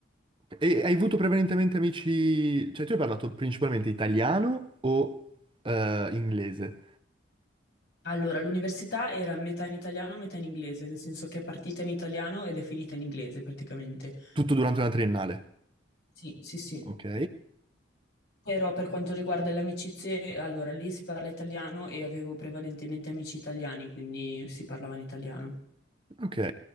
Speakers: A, on the right; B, on the left.
A: e hai avuto prevalentemente amici... Cioè, tu hai parlato principalmente italiano o eh, inglese?
B: Allora, l'università era metà in italiano, metà in inglese, nel senso che è partita in italiano ed è finita in inglese praticamente.
A: Tutto durante la triennale,
B: Sì, sì, sì.
A: ok?
B: Però per quanto riguarda le amicizie, allora lì si parla italiano e avevo prevalentemente amici italiani, quindi si parlava in italiano.
A: Ok,